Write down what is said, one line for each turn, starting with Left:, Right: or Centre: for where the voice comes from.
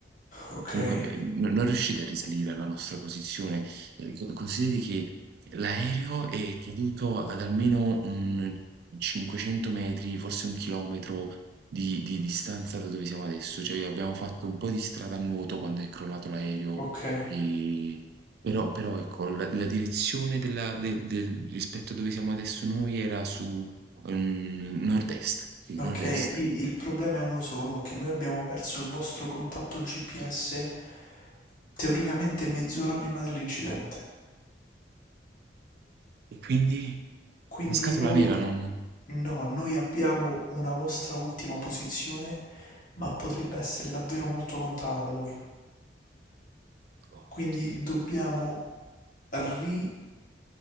Left: Okay,
Right: Comunque, beh, non non riuscite a risalire alla nostra posizione Ehm, co consideri che l'aereo è caduto ad almeno, mhmm, 500 metri, forse 1 chilometro di di distanza da dove siamo adesso, cioè abbiamo fatto un po' di strada a nuoto quando è crollato l'aereo,
Left: okay,
Right: ehm, però però ecco la la direzione della de del rispetto a dove siamo adesso noi era su, ehm, nord-est, sì,
Left: okay.
Right: nord-est.
Left: I il problema è uno solo, che noi abbiamo perso il vostro contatto GPS teoricamente mezz'ora
Right: Oddio.
Left: prima dell'incidente.
Right: E quindi?
Left: Quindi
Right: La scatola
Left: noi
Right: nera non
Left: no, noi abbiamo una vostra ultima posizione, ma potrebbe essere davvero molto lontana da voi.
Right: Oddio.
Left: Quindi dobbiamo rifare